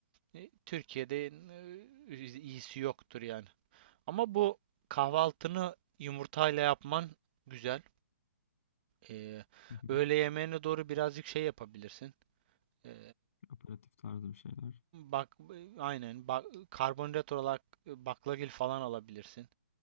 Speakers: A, on the right; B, on the left.
A: e, Türkiye'de e, iyisi yoktur yani. Ama bu kahvaltını yumurtayla yapman güzel. Ee,
B: Hı hı.
A: öğle yemeğine doğru birazcık şey yapabilirsin. Ee,
B: Aperatif tarzı bir şeyler.
A: bak aynen bak, karbonhidrat olarak e, baklagil falan alabilirsin.